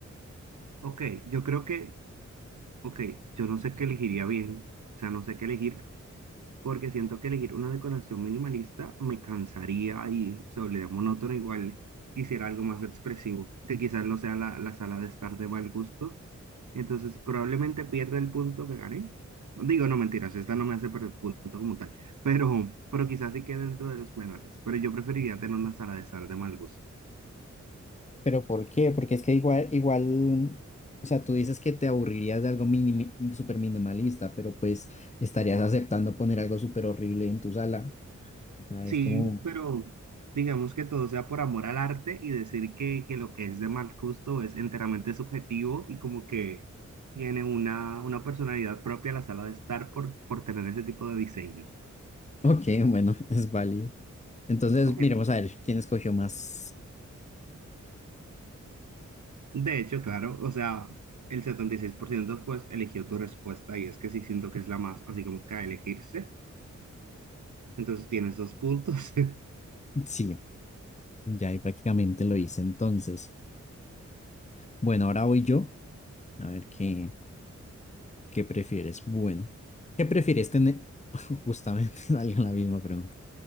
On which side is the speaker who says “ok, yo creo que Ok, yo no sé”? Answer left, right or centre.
Right